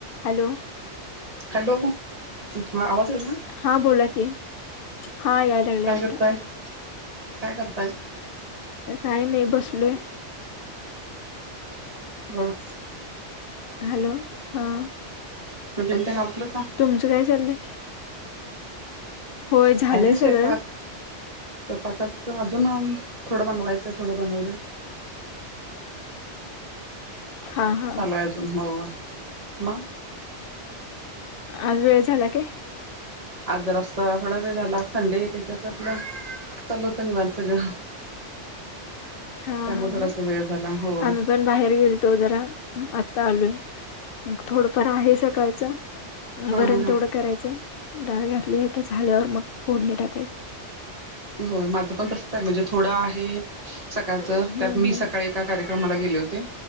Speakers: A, on the left (about 60°); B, on the right (about 30°).
A: Hello.
B: Hello आवाज होल ना.
A: हा बोला की हा याय लागले
B: काय
A: आता.
B: करताय काय करताय
A: काही नाही बसलोय.
B: ह.
A: हॅलो हां.
B: ह जमते नागल का.
A: तुमचं काय चाललंय. होय झालंय
B: आणिनी सवपाक.
A: सगळं
B: तर पाकत अजून थोडं बनवायचंय थोडं बनवले.
A: हा हा
B: चालूय अजून हो म.
A: आज वेळ झाला काय?
B: आज जरा सा थोडा वेळ झाला संडे त्याच्यात आपलं चालतं होत निवांत सगळं.
A: हा
B: त्यामुळे
A: हा
B: थोडासा
A: हा
B: वेळ झाला होय
A: आम्ही पण बाहेर गेल तो जरा आत्ता आलोय मग थोडंफार आहे सकाळचं
B: हा
A: वरण
B: हा हा
A: तेवढं करायचंय डाळ घातली आहे तर झाल्यावर मग फोडणी टाकायची
B: होय माझं पण तसचं हाय म्हणजे थोडं आहे सकाळचं
A: हम्म
B: त्यात मी
A: हम्म
B: सकाळी एका कार्यक्रमाला गेले होते